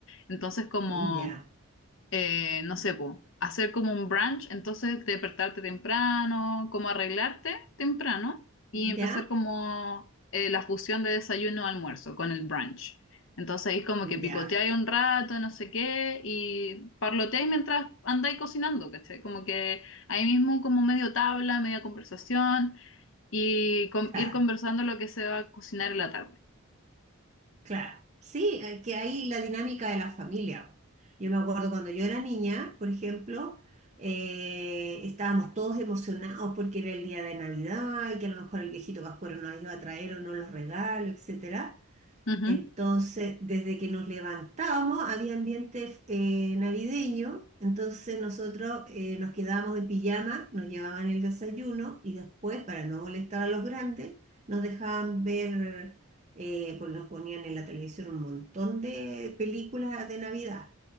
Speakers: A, on the left; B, on the right.
A: Entonces como
B: Ya,
A: eh, no sé, po, hacer como un brunch, entonces despertarte temprano, como arreglarte temprano y empezar
B: ya,
A: como eh, la fusión de desayuno-almuerzo con el brunch. Entonces ahí como que picoteáis
B: ya.
A: un rato, no sé qué, y parloteáis mientras andáis cocinando, ¿cachai? Como que ahí mismo como medio tabla, media conversación y con-
B: Claro.
A: ir conversando lo que se va a cocinar en la tarde.
B: Claro, sí, eh, que hay la dinámica de la familia. Yo me acuerdo cuando yo era niña, por ejemplo, eh, estábamos todos emocionados porque era el día de Navidad y que a lo mejor el viejito Pascuero nos iba a traer o no los regalos, etcétera.
A: Ujú.
B: Entonces, desde que nos levantábamos había ambiente eh, navideño, entonces nosotros eh, nos quedábamos en pijama, nos llevaban el desayuno y después, para no molestar a los grandes, nos dejaban ver, eh, porque nos ponían en la televisión un montón de películas de Navidad.